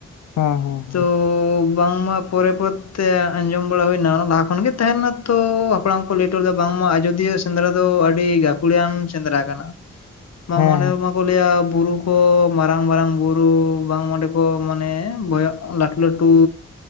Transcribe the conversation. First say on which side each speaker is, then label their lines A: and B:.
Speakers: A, on the left; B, on the left.
A: ᱦᱮᱸ ᱦᱮᱸ
B: ᱛᱳ ᱵᱟᱝᱢᱟ ᱯᱚᱨᱮ ᱯᱚᱨᱮ ᱛᱮ ᱟᱸᱡᱚᱢ ᱵᱟᱲᱟ ᱦᱩᱭᱱᱟ ᱚᱱᱟ ᱞᱟᱦᱟ ᱠᱷᱚᱱ ᱜᱮ ᱛᱟᱦᱮᱸ ᱞᱮᱱᱟ ᱛᱚ ᱦᱟᱯᱲᱟᱢ ᱠᱚ ᱞᱮ ᱦᱚᱴᱚ ᱞᱮᱫᱟ ᱵᱟᱝᱢᱟ ᱟᱡᱫᱤᱭᱟᱹ ᱥᱮᱸᱫᱽᱨᱟ ᱫᱚ ᱟᱹᱰᱤ ᱜᱟᱹᱠᱷᱩᱲᱤᱭᱟᱱ ᱥᱮᱸᱫᱽᱨᱟ ᱠᱟᱱᱟ᱾ ᱢᱟ
A: ᱦᱮᱸ
B: ᱢᱚᱱᱮ
A: ᱦᱮᱸ
B: ᱨᱮᱢᱟ ᱠᱚ ᱞᱟᱹᱭᱟ ᱵᱩᱨᱩ ᱠᱚ᱾ ᱢᱟᱨᱟᱝ ᱢᱟᱨᱟᱝ ᱵᱩᱨᱩ ᱵᱟᱝ ᱚᱸᱰᱮ ᱠᱚ ᱢᱟᱱᱮ ᱵᱚᱭᱚᱜ ᱞᱟᱹᱴᱩ ᱞᱟᱹᱴᱩ